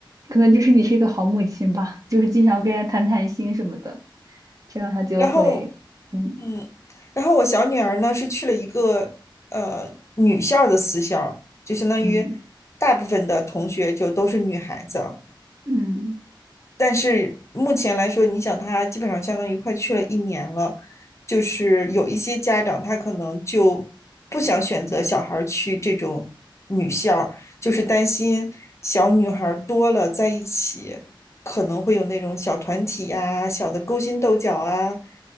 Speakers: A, on the right; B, on the left.
A: 可能就是你是一个好母亲吧，就是经常跟人谈谈心什么的，这样他就会，
B: 然后
A: 嗯
B: 嗯，然后我小女儿呢是去了一个呃女校的私校，就相当于大部分的同学就都是女孩子，
A: 嗯嗯。
B: 但是目前来说，你想他基本上相当于快去了一年了，就是有一些家长他可能就不想选择小孩儿去这种女校儿就是担心小女孩儿多了在一起可能会有那种小团体呀、小的勾心斗角啊，